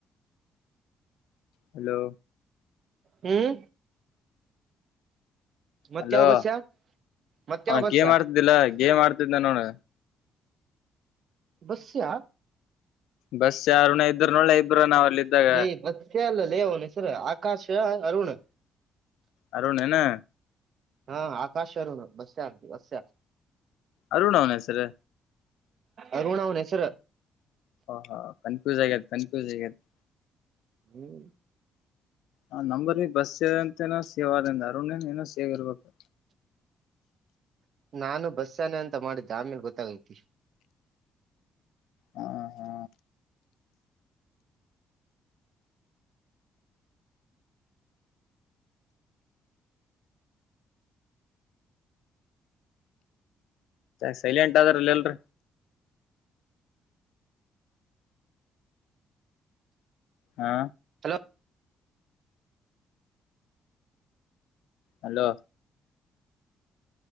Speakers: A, on the left; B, on the right.
A: ಹಲೋ
B: ಹ್ಮ್ ಮತ್ಯಾವ
A: ಹೆಲೋ
B: ಬಸ್ಸ ಮತ್ಯಾವ
A: ಅವನು
B: ಬಸ್ಸ
A: ಗೇಮ್ ಆಡ್ತಿದ್ದಿಲ್ಲ ಗೇಮ್ ಆಡ್ತಿದ್ನ ನೋಡು
B: ಬಸಿಯ
A: ಬಸ್ ಯಾರನ ಇದರು ನೋಳ್ಳೆ ಇಬ್ಬರು ನಾವ್ ಅಲ್ಲಿ ಇದ್ದಾಗ
B: ಹೇ ಬೂಸಾ ಅಲಾ ಲೀ ಅವನು ಹೆಸರು ಆಕಾಶ ಅರುಣ್
A: ಅರುಣ್ ಏನೂ
B: ಹಾ ಆಕಾಶ ಅರುಣ್ ಬಸ್ಯಾ ಬಸ್
A: ಅರುಣ್ ಅವನು ಹೆಸರು
B: ಅರುಣ್ ಅವನು ಹೆಸರು
A: ಹಾ ಕನ್ಫ್ಯೂಸ್ ಆಗುತ್ತೆ ಕನ್ಫ್ಯೂಸ್ ಆಗುತ್ತೆ
B: ಹ್ಮ್
A: ಹ ನಂಬರ್ ಬಿ ಬಸ್ ಸೇ ಅಂತನ ಸೇವ್ ಅ್ರಿಂದ ಅರುಣನ್ ಏನೋ ಸೇವ್ ಇರ್ಬೇಕು
B: <inaudible> ನಾನು ಬಸ್ ಯಾನೆ ಅಂತ ಮಾಡಿದ್ದೆ ಆಮೇಲೆ ಗೊತ್ತಾಗೈತಿ
A: ಹಾ ಹಾ ಸೈಲೆಂಟ್ ಆದ್ರಲ್ಲ ಎಲ್ರ ಹಾ
B: hello
A: hello